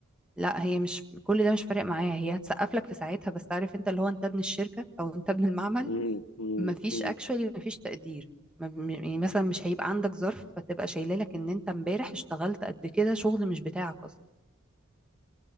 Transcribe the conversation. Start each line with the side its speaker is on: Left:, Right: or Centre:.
Centre: لا هي مش كل ده مش فارق معايا هي هتسقف لك في ساعتها بس عارف انت اللي هو انت ابن الشركه او انت ابن المعمل
Left: مم، مم،
Centre: مفيش
Left: مم.
Centre: اكشولي مفيش تقدير ما- م- يعني مثلا مش هيبقى عندك ظرف فتبقى شايله لك ان انت امبارح اشتغلت قد كده شغل مش بتاعك اصلا